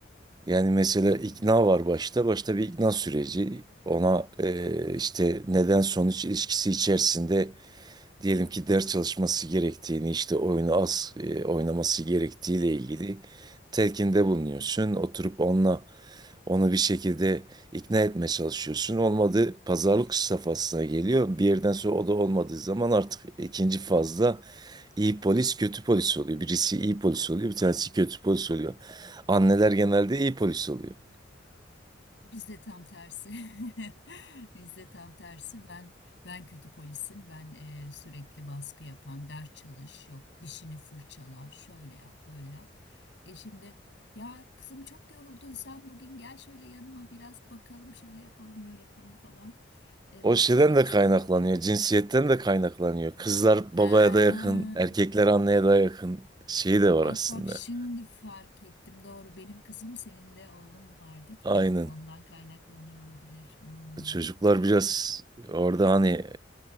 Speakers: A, on the right; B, on the left.
A: Yani mesela
B: Evet.
A: ikna var başta. Başta bir ikna süreci. Ona eee, işte neden sonuç ilişkisi içerisinde diyelim ki ders çalışması gerektiğini, işte oyunu az eee, oynaması gerektiğiyle ilgili telkinde bulunuyorsun. Oturup onunla onu bir şekilde ikna etmeye çalışıyorsun. Olmadı pazarlık safhasına geliyor. Bir yerden sonra o da olmadığı zaman artık ikinci fazda iyi polis kötü polis oluyor. Birisi iyi polis
B: Hmm.
A: oluyor, bir tanesi kötü polis oluyor. Anneler genelde iyi polis oluyor.
B: Bizde tam tersi. <laughs> Bizde tam tersi. Ben ben kötü polisim. Ben e, sürekli baskı yapan, ders çalış, yok dişini fırçala, şöyle yap, böyle yap. E şimdi ya kızım çok yoruldun sen bugün gel şöyle yanıma biraz bakalım, şöyle yapalım, böyle yapalım falan. Evet,
A: O şeyden
B: evde
A: de
B: bizim
A: kaynaklanıyor,
B: roller.
A: cinsiyetten de kaynaklanıyor. Kızlar
B: Ha.
A: babaya da yakın, erkekler anneye daha yakın şeyi de var
B: Bak
A: aslında.
B: bak şimdi fark ettim. Doğru benim kızım senin de oğlum vardı. Tamam
A: Aynen.
B: ondan kaynaklanıyor olabilir. Hmm.
A: Çocuklar biraz orada hani